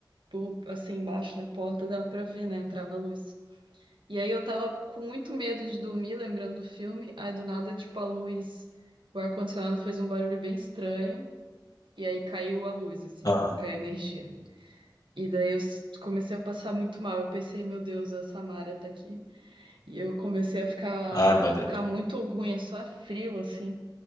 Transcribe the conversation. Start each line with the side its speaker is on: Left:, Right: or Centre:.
Right: por- assim, embaixo da porta, dava pra ver, né? Entrava a luz. E aí eu tava com muito medo de dormir, lembrando do filme, aí do nada, tipo, a luz. O ar-condicionado fez um barulho bem estranho, e aí caiu a luz, assim,
Left: ah,
Right: caiu a energia. E daí eu s- comecei a passar muito mal. Eu pensei, meu Deus, a Samara tá aqui. E eu comecei a ficar,
Left: ah, meu
Right: a
Left: Deus.
Right: ficar muito ruim, é só frio, assim.